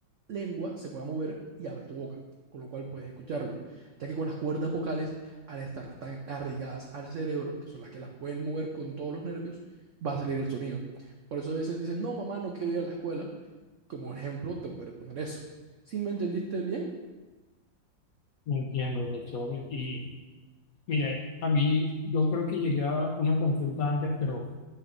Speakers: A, on the right; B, on the left.
A: lengua se pueda mover y abre tu boca, con lo cual puedes escucharlo. Ya que con las cuerdas vocales, al estar tan arraigadas al cerebro, que son las que las pueden mover con todos los nervios, va a salir el sonido. Por eso a veces dicen, no, mamá, no quiero ir a la escuela. Como ejemplo, te voy a poner eso. Si me entendiste bien,
B: No entiendo, doctor. Y mire, a mí yo creo que llegué a una consulta antes, pero